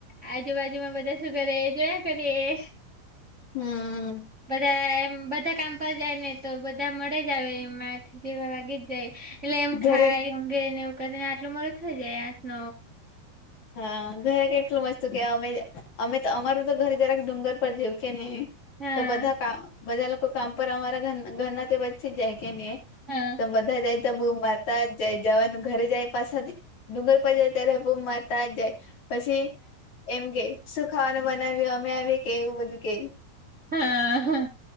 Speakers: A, on the right (about 25°); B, on the left (about 50°).
A: આજુબાજુમાં બધા શું કરે જોયા કરીએ.
B: હમ!
A: બધા એમ બધા કામ પર જાય ને તો બધા મળે જ આવે એમ જેવા વાગી જ જાય એટલે એમ
B: ઘરે
A: ખાય ઊંગે ને એવું ને આટલું મળું થઈ જાય આઠ ન
B: હા ઘરે કેટલું મસ્ત કે અમે અમે તો અમારું તો ઘરે જરાક ડુંગર પર જેવું કે નને
A: હા
B: તો બધા ક બધા લોકો કામ પર અમારા ઘ ઘરના તે બચ જ જાય કેમ કે
A: હા
B: તો બધા જાય તો મુ માતા જાય જવાનું ઘરે જાય પાછાથી ડુંગર પ જાય ત્યારે માતા જ જાય. પછી એમ કે શું ખાવાનું બનાવ્યું અમે આવી કેવું બધું કે
A: હા હા